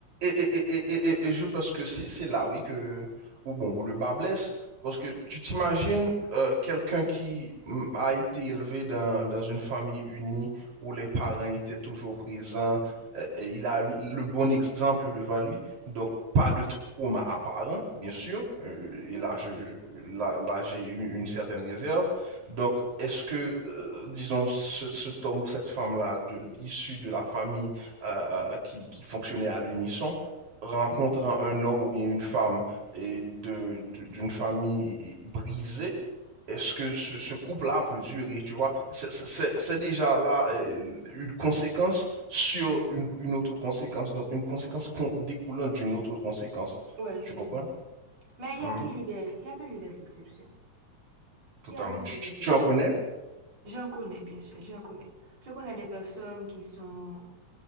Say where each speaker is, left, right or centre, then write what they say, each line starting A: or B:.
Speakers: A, on the right; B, on the right.
A: et, et, et- et je pense que c'est c'est là, oui, que, où, bon, où le bas blesse. Parce que tu t'imagines euh, quelqu'un qui mm, a été élevé dans, dans une famille unie où les parents étaient toujours présents, euh, et il a le bon exemple devant lui, donc pas de trauma apparent, bien sûr. Euh, et
B: Ouais,
A: là, je, je- là, là, j'ai eu une certaine réserve. Donc, est-ce que, euh, disons, ce, cet homme ou cette femme-là, de- issue de la famille, euh, euh, qui, qui fonctionnaient à l'unisson, rencontrant un homme ou bien une femme et de, de- d'une famille brisée, est-ce que ce, ce couple-là peut durer, tu vois? C'est c'est- c'est- déjà là euh, une conséquence sur une, une autre conséquence, donc une conséquence con- découlant d'une autre conséquence.
B: Ouais,
A: Tu
B: c'est
A: comprends?
B: vrai. Mais il
A: Mhm,
B: y a toujours des, il y a toujours des exceptions.
A: Totalement.
B: Il y a toujours
A: Tu, tu-
B: des
A: tu
B: exceptions.
A: en connais?
B: J'en connais, bien sûr, j'en connais. Je connais des personnes qui sont